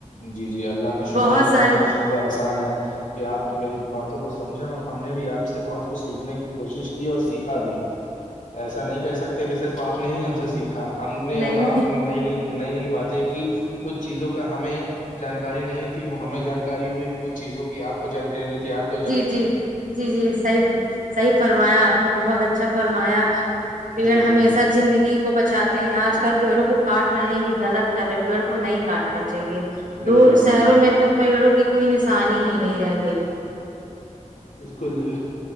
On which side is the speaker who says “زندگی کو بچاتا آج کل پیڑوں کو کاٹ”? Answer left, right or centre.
Right